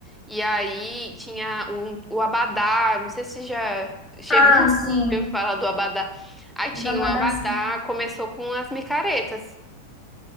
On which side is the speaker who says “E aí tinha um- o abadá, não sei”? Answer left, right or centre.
Centre